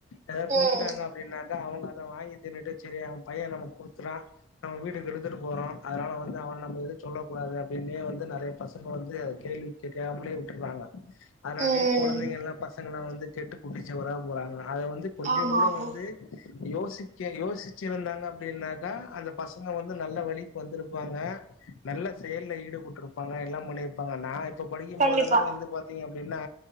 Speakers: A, on the left (about 80°); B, on the right (about 35°).
A: எதாவது குடுத்துட்டாங்க
B: ம்
A: அப்படின்னா அவங்க அத வாங்கி திண்னுட்டு சரி அவன் பையன் நமக்கு கொடுத்துடான் நம்ம வீடுக்கு எடுத்துட்டு போறோம் அதனால வந்து அவம் து சொல்லக் கூடாது அப்படின்னே வந்து நிறைய பசங்க வந்து கேள்வி காமே விட்டுருறாங்க அதனடியே
B: ம்
A: குழந்தைங்க எல்லாம் பசங்கல்லாம் வந்து கெட்டு குட்டிச்சவரா போறாங்க அதை வந்து கொஞ்ச
B: ஆமா
A: கூட
B: ஆமா
A: வந்து யோசிக்க யோசிச்ச வச்சிருந்தாங்க அப்படின்னாக்கா அந்த பசங்க வந்து நல்ல வழி வந்திருப்பாங்க நல்ல செயல்லல ஈடுபட்டிருப்பாங்க எல்லாம் முன்னிருப்பாங்க நான் இப்ப படிக்கும்
B: கண்டிப்பா
A: போதெல்லாம் வந்து பாத்தீங்க அப்படின்னா